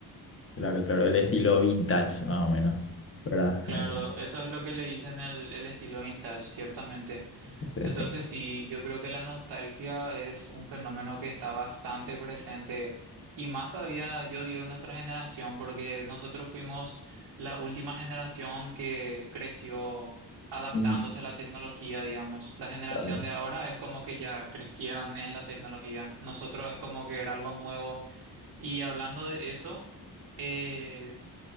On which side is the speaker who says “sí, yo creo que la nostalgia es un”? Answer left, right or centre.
Right